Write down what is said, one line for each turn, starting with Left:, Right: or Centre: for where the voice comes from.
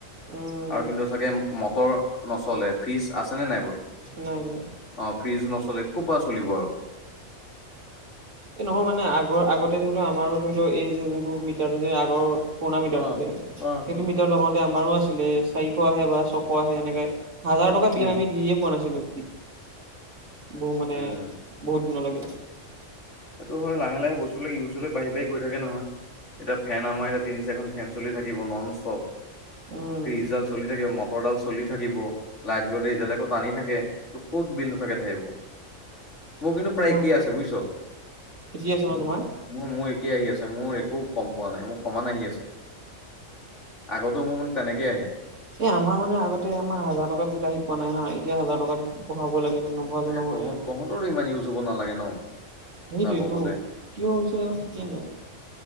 Right: উম
Left: আৰু কিন্তু চাগে মটৰ নচলে, ফ্ৰিজ আছে নে নাই বাৰু?
Right: নাই নাই
Left: অ ফ্ৰিজ নচলে কৰপৰা চলিব আৰু
Right: এই নহয় মানে আগৰ, আগতে ধৰি লও আমাৰো ধৰি লও এই যে যোনটো মিটাৰটো যে আগৰ পুৰণা মিটাৰটো
Left: আহ
Right: যে, সেইটো
Left: আহ
Right: মিটাৰ লগাওঁতে আমাৰো আছিলে চাৰিশ আহে বা ছশ আহে এনেকে হাজাৰ টকা বিল
Left: উম
Right: আমি দিয়ে পোৱা নাছিলো বহু মানে
Left: উম
Right: বহুত দিনলৈকে।
Left: সেইটো হয় লাহে লাহে বস্তু বিলাক ইউজ হলে বাঢ়ি বাঢ়ি গৈ থাকে নহয়, এতিয়া ফেন আমাৰ ইয়াত তিনি-চাৰিখন ফেন চলি থাকিব নন ষ্টপ
Right: উম
Left: ফিজডাল্ট চলি থাকে ম তৰডাল চলি থাকিব, লাইট গলে এইডালে আক টানি থাকে। ত ক'ত বিল নুথাকে থাকিব। মোৰ কিন্তু
Right: সেইটো
Left: প্ৰায়
Right: হয়
Left: একেই আছে বুইছ।
Right: <unintelligible> আছে ন তোমাৰ
Left: মু মোৰ একেই আহি আছে মোৰ একো কম পোৱা নাই মোৰ সমান আহি আছে। আগতো মোৰ তেনেকে আহে
Right: এ আমাৰ মানে আগতে আমাৰ হাজাৰ টকা বিল আহিব পোৱা নাই হা এতিয়া হাজাৰ টকাত পঢ়াব লাগে মানে নবঢ়ালে
Left: তাকে
Right: নহয়
Left: তহঁতৰো ইমান ইউজ হ'ব নালাগে ন।
Right: সেইটোৱে
Left: চাব
Right: টো,
Left: গ'লে
Right: কিয় হৈছিল ঠিকেই নাই।